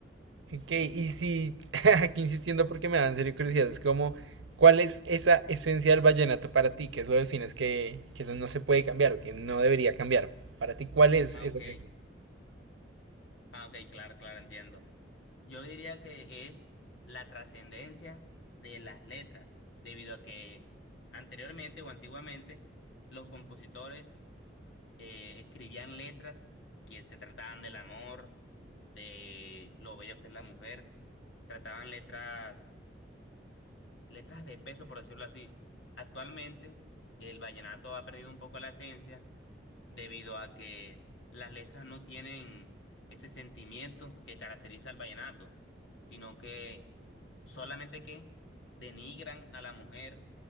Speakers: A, on the right; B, on the left.
A: Ok, y si <laughs> aquí insistiendo porque me da en serio curiosidad, es como, ¿cuál es esa esencia del vallenato para ti? ¿Qué es lo que defines que, que eso no se puede cambiar o que no debería cambiar? Para ti, ¿cuál es
B: Ah,
A: esa
B: ok,
A: esencia?
B: ah, ok, claro, claro, entiendo. Yo diría que es la trascendencia de las letras, debido a que anteriormente o antiguamente los compositores eh, escribían letras que se trataban del amor, de lo bello que es la mujer, trataban letras letras de peso, por decirlo así. Actualmente, el vallenato ha perdido un poco la esencia debido a que las letras no tienen ese sentimiento que caracteriza al vallenato, sino que solamente que denigran a la mujer